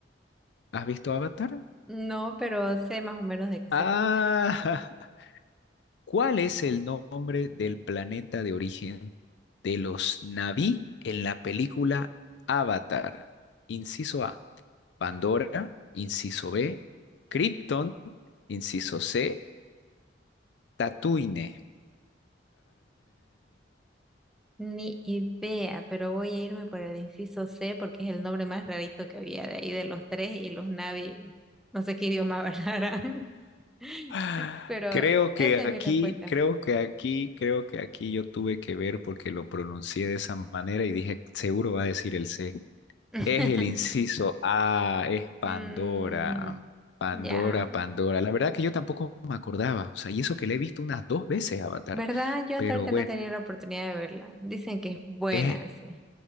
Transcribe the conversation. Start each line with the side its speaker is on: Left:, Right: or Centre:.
Left: ¿Has visto Avatar?
Centre: No, pero sé más o menos de qué
Left: Ah,
Centre: se trata.
Left: <laughs> ¿Cuál es el nombre del planeta de origen de los Na'vi en la película Avatar? Inciso A, Pandora. Inciso B, Krypton. Inciso C, Tatooine.
Centre: Ni idea, pero voy a irme por el inciso C porque es el nombre más rarito que había de ahí de los tres y los Navi, no sé qué idioma hablarán, <laughs>
Left: Ah,
Centre: pero
Left: <sighs> creo que
Centre: esa es
Left: aquí,
Centre: mi respuesta.
Left: creo que aquí, creo que aquí yo tuve que ver porque lo pronuncié de esa manera y dije, seguro va a decir el C.
Centre: <laughs>
Left: Es el inciso A, es Pandora.
Centre: Mm,
Left: Pandora,
Centre: ya,
Left: Pandora. La verdad que yo tampoco me acordaba. O sea, y eso que le he visto unas dos veces Avatar.
Centre: ¿verdad? Yo
Left: Pero
Centre: hasta ahorita
Left: bueno,
Centre: no he tenido la oportunidad de verla. Dicen que es buena.
Left: es,
Centre: sí.